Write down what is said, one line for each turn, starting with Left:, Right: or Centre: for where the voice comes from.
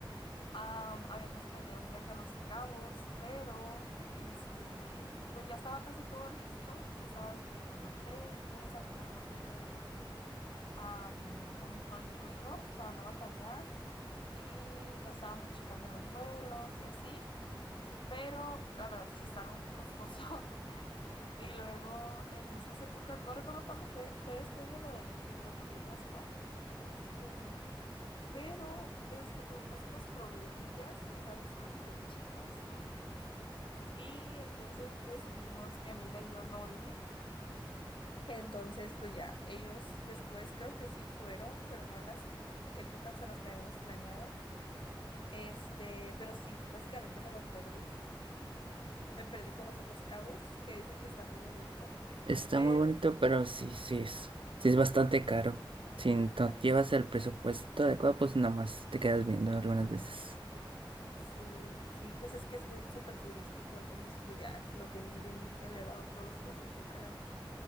Left: Am, habíamos planeado un viaje a Los Cabos, pero este, pues ya estaba casi todo listo, ya estaba de que el hotel, íbamos a rentar un hotel de am, con todo incluido para no batallar y ya estábamos checando los vuelos y así, pero la verdad sí está algo muy costoso. <laughs> Y luego en esas épocas, no recuerdo cuándo fue, fue después de lo del, de Puerto Peñasco, este, pero este tuvimos unos problemillas, ya sabes, cosas de chicas. Y entonces decidimos, mi amiga y yo, no ir. Entonces, pues ya, ellos después creo que sí fueron, pero no en las épocas en las que habíamos planeado. Este, pero sí, básicamente me lo perdí. Me perdí conocer Los Cabos, que dicen que está muy bonito.
Right: Está
Left: Pero,
Right: muy bonito,
Left: pues,
Right: pero sí, sí es, sí es bastante caro. Si no
Left: ajá,
Right: llevas el presupuesto adecuado, pues nada más te quedas viendo algunas veces.
Left: sí, sí, pues es que es muy súper turístico, entonces pues ya lo tienen bien elevado todos los costos, yo creo.